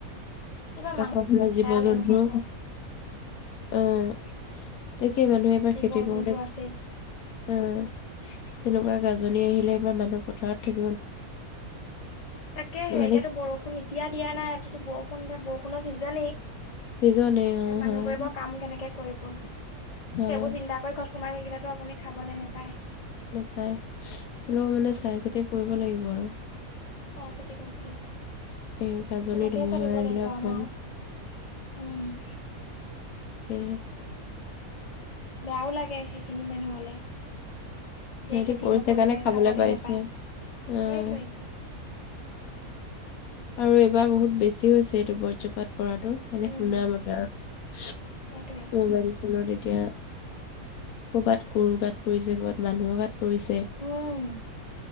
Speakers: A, on the left; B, on the left.
A: এইবাৰ মানুহ
B: আকৌ আপোনাৰ জীৱ
A: বেয়ালে
B: জন্তু।
A: নহব
B: অ', তাক কেই মানুহে এইবাৰ
A: জীৱ
B: খেতি কৰোঁতে।
A: জন্তু আছেই
B: অ', তেনেকুৱা গাজনি আহিলে এইবাৰ মানুহ পথাৰত থাকি
A: তাকেহে
B: মানে
A: এতিয়াতো বৰষুণ এতিয়া দিয়া নাই, তাতো বৰষু ষুণ, এতিয়া বৰষুণৰ ছিজেনেই এয়া
B: চিজনে অ'
A: মানুহবোৰে
B: হয়।
A: বাও কাম কেনেকে কৰিব? সেইবোৰ
B: হয়
A: চিন্তা কৰি ঘৰত সোমাই থাকিলেতো আপুনি খাবলৈ নেপায়
B: নেপায়। হলেও মানে
A: সেইটোৱে
B: চাই চিতি কৰিব লাগিব <inaudible>
A: চাই চিতি কৰিব লাগিব।
B: এই গাজনি
A: তেনেকেই
B: ধুমুহা
A: চলিব
B: আহিলে
A: লাগিব
B: অকমান
A: আমাৰ আও, উম
B: <inaudible>
A: বেয়াও লাগে সেইখিনি মানুহলে যিয়ে
B: সিহঁতি
A: খেতি
B: কৰিছে
A: নকৰিলে
B: কাৰণে খাবলৈ
A: খাবলে
B: পাইছে।
A: নাপায়,
B: অ'
A: সেইটোৱেইতো।
B: আৰু এইবাৰ বহুত বেছি হৈছে এইটো বজ্ৰপাত। পৰাটো, মানে
A: উম
B: শুনা মতে আৰু।
A: সেইটোৱে।
B: মোবাইল ফোনত এতিয়া কৰ'বাত গৰু গাত পৰিছে, কৰ'বাত মানুহৰ গাত পৰিছে,
A: উম